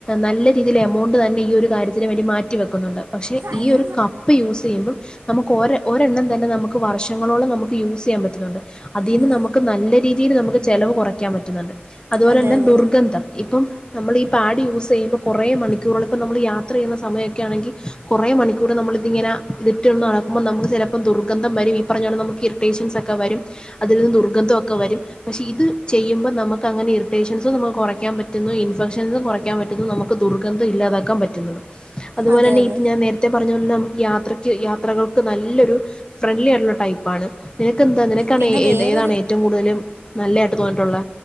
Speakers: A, on the left (about 25°); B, on the right (about 90°).
A: നല്ല രീതിയിൽ എമൗണ്ട് തന്നെ ഈ ഒരു കാര്യത്തിന് വേണ്ടി മാറ്റിവെക്കുന്നുണ്ട് പക്ഷെ
B: ഉം
A: ഈ ഒരു കപ്പ് യൂസെയ്യുമ്പം നമുക്ക് ഒരെ ഒരെണ്ണം തന്നെ നമുക്ക് വർഷങ്ങളോളം നമുക്ക് യൂസ്യ്യാൻ പറ്റുന്നുണ്ട് അതീന്ന്
B: ഉം
A: നമുക്ക് നല്ല രീതിയില് നമുക്ക് ചെലവ് കൊറക്കാൻ പറ്റുന്നുണ്ട്, അതുപോലെ
B: അതെ
A: ന്നെ
B: അതെ
A: ദുർഗന്ധം ഇപ്പം നമ്മളീ പാഡ് യൂസ് ചെയ്യുമ്പം കൊറെ മണിക്കൂറോളം ഇപ്പം നമ്മള് യാത്ര ചെയ്യുന്ന സമയൊക്കെ ആണെങ്കി കൊറേ മണി ക്കൂറ് നമ്മള് തിങ്ങനെ ഇതിട്ടന്ന് നടക്കുമ്പോ നമ്മള് ചെല പ്പം ദുർഗന്ധം വരും ഈ പറഞ്ഞാ പോലെ നമുക്ക് ഇറിറ്റേഷൻസൊക്കെ വരും അതിൽനിന്ന് ദുർഗന്ധവൊക്കെ വരും പക്ഷെ ഇത് ചെയ്യുമ്പം നമുക്കങ്ങനെ ഇറിട്ടേഷൻസ് നമ്മു കുറയ്ക്കാൻപറ്റുന്നു ഇൻഫെക്ഷൻസും കുറെ ക്കാൻ പറ്റുന്നു നമുക്ക് ദുർഗന്ധം ഇല്ലാതാക്കാൻ പറ്റുന്നത് അതുപോലെ
B: അതെ
A: തന്നെ
B: അതെ
A: ഇത് ഞാൻ നേ രത്തെ പറഞ്ഞപോലെ നമുക്ക് യാത്രയ്ക്ക് യാത്രകൾക്ക് നല്ലൊരു ഫ്രണ്ട്ലി ആയിട്ടുള്ള ടൈപ് പാണ് നിനക്കന്താ നിനക്കാണ്
B: പിന്നെ
A: ഏ
B: വേറൊരു
A: ഏതാണ് ഏറ്റവും കൂടുതലും നല്ലായിട്ട് തോന്നിട്ടുള്ള